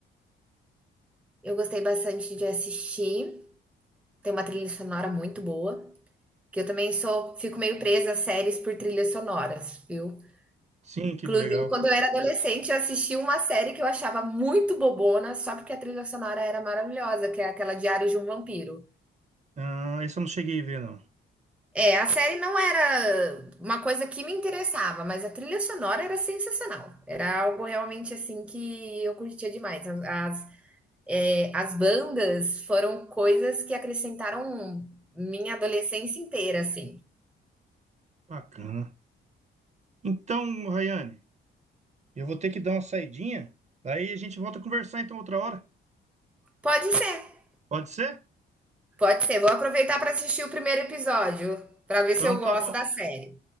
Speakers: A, in the centre; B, on the right.
A: Eu gostei bastante de assistir. Tem uma trilha sonora muito boa. Que eu também sou, fico meio presa a séries por trilhas sonoras, viu?
B: Sim, que
A: Inclusive,
B: legal.
A: quando eu era adolescente, eu assisti uma série que eu achava muito bobona, só porque a trilha sonora era maravilhosa, que é aquela Diário de um Vampiro.
B: Ah, essa eu não cheguei a ver, não.
A: É, a série não era uma coisa que me interessava, mas a trilha sonora era sensacional. Era algo realmente assim que eu curtia demais. As, as, é, as bandas foram coisas que acrescentaram minha adolescência inteira, assim.
B: Bacana. Então, Rayane, eu vou ter que dar uma saidinha. Aí a gente volta a conversar então outra hora.
A: Pode ser,
B: Pode ser?
A: Pode ser. Vou aproveitar para assistir o primeiro episódio, para ver
B: Então
A: se eu gosto
B: tá bom.
A: da série.